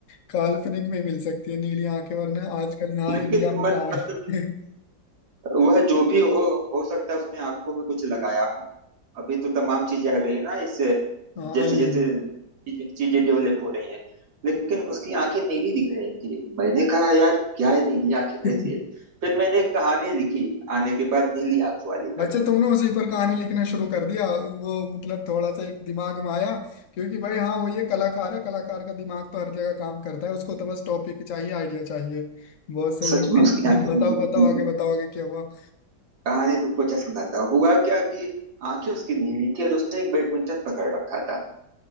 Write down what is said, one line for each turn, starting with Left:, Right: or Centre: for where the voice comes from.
Left: काल्पनिक में मिल सकती है नीली आंखें वरना आजकल यहाँ
Right: लेकिन
Left: इंडिया में
Right: मत-
Left: कहाँ
Right: मतलब
Left: है <laughs>
Right: वह जो भी हो हो सकता है उसने आंखों में कुछ लगाया हो अभी तो तमाम चीजें आ गई है ना इस
Left: हाँ
Right: जैसे
Left: ये
Right: जैसे चीजें चीजें डेवलप हो रही हैं लेकिन उसकी आंखें नीली दिख रही थी मैंने कहा यार क्या है नीली आंखें
Left: <laughs>
Right: कैसी है फिर मैंने एक कहानी लिखी आने के बाद नीली आंखों वाली
Left: अच्छा
Right: लड़की
Left: तुमने उसी पर कहानी लिखना शुरू कर दिया वो मतलब थोड़ा सा एक दिमाग में आया क्योंकि भाई हाँ वो ये कलाकार है कलाकार का दिमाग तो हर जगह काम करता है उसको तो बस टॉपिक चाहिए आइडिया चाहिए बहुत सही
Right: सच
Left: है
Right: में उसकी आंखें
Left: <laughs> बताओ
Right: नीली
Left: बताओ
Right: नीली
Left: आगे बताओ आगे क्या हुआ
Right: कहानी तुमको अच्छा सुनाता हुआ क्या कि आंखें उसकी नीली थी और उसने एक बैडमिंटन पकड़ रखा था